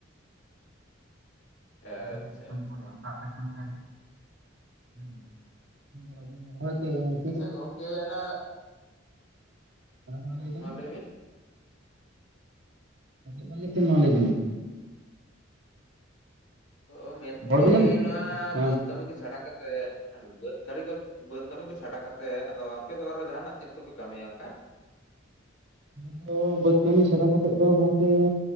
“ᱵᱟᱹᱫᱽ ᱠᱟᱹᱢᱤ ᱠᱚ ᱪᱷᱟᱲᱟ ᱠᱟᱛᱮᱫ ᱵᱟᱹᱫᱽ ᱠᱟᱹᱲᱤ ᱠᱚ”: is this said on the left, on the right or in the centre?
Left